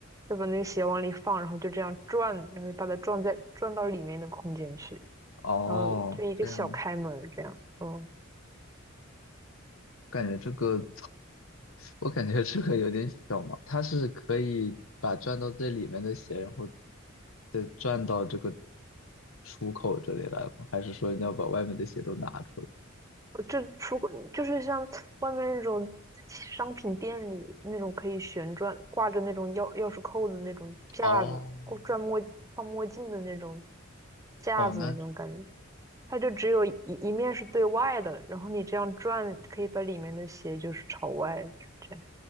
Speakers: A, on the right (about 15°); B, on the left (about 80°).
A: 就把那个鞋往里放，然后就这样转，然后把它转在转到里面的空间去，
B: 哦，
A: 然后就一个小开门这样。
B: 这样，
A: 嗯，
B: 感觉这个，我感觉这个有点小嘛。它是可以把转到最里面的鞋，然后再转到这个出口这里来吗？还是说你要把外面的鞋都拿出来？
A: 就这出就是像外面那种商品店里那种可以旋转挂着那种钥钥匙扣的那种架子，
B: 哦，
A: 或转墨放墨镜的那种架子那种感觉。
B: 哦，那
A: 它就只有一一面是对外的，然后你这样转，可以把里面的鞋就是朝外，就是这样。